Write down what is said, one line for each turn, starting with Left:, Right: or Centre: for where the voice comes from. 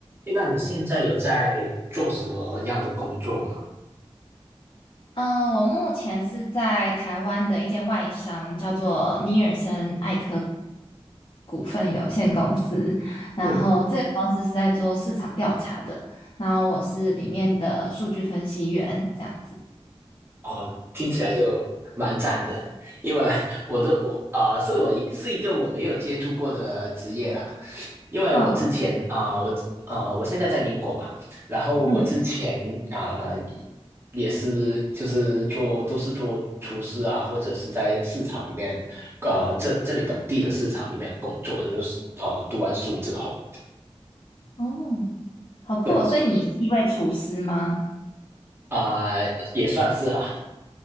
Right: 诶那你现在有在做什么样的工作吗？
Left: 嗯，我目前是在台湾的一间外商，叫做尼尔森艾科股份有限公司。然后这个公司是在做市场调查的，
Right: 嗯，
Left: 然后我是里面的数据分析员，这样子。
Right: 哦，听起来就蛮赞的，因为我都我啊，是我一是一个我没有接触过的职业啦。因为我之前啊、
Left: 嗯
Right: 呃我啊，我现在在英国嘛，然后我之前啊、
Left: 嗯，
Right: 呃也是就是做都是做厨师啊，或者是在市场里面，啊，这这里本地的市场里面工作的，就是哦，读完书之后，
Left: 哦，好酷哦！
Right: 对
Left: 所以你是一位厨师吗？
Right: 啊、呃也算是啦。